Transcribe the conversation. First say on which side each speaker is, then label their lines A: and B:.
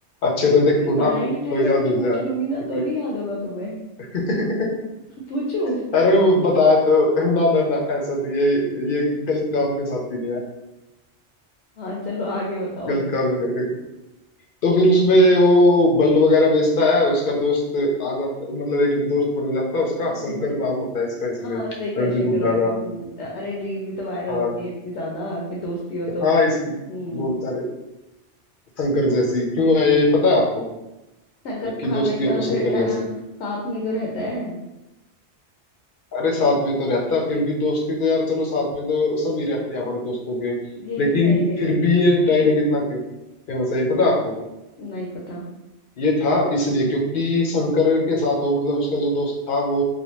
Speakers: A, on the left; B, on the left.
A: अच्छे से
B: अभी
A: देखूँ ना
B: पढ़ाई लिखाई
A: तो
B: का
A: याद
B: कुछ
A: हो
B: पूछ
A: जाए
B: लूंगी ना
A: ठीक
B: तो नहीं याद होगा तुम्हें
A: है।
B: <laughs> पूछू
A: <laughs> अरे वो बताया तो ना ना ना ऐसा नहीं ये ये गलत काम के साथ ही नहीं है
B: हाँ चलो आगे बताओ
A: गलत काम नहीं तो फिर उसमें वो बल्ब वगैरह बेचता है उसका दोस्त आ जाता मतलब एक दोस्त बन जाता है उसका
B: हम्म
A: शंकर नाम होता है इसका
B: हाँ
A: इसमें
B: हाँ, देखा
A: रणदीप
B: है शंकर
A: हुड्डा
B: देखा
A: का
B: है। हम्म, अरे रील भी तो वायरल
A: हाँ
B: होती है इतनी ज्यादा कि दोस्ती हो तो
A: हाँ इस
B: हम्म
A: बहुत सारे शंकर जैसी क्यों है ये पता है आपको
B: शंकर
A: कि
B: हमेशा
A: दोस्ती हो तो
B: उसके
A: शंकर
B: टा-
A: जैसी
B: साथ में ही तो रहता है
A: अरे साथ में तो रहता है, फिर भी दोस्ती तो यार चलो साथ में तो सभी रहते हैं अपने दोस्तों के
B: ये
A: लेकिन
B: नहीं नहीं
A: फिर भी ये डायलॉग इतना क्यों फेमस है ये पता है आपको
B: नहीं पता
A: ये था इसलिए क्योंकि शंकर के साथ वो मतलब उसका जो दोस्त था वो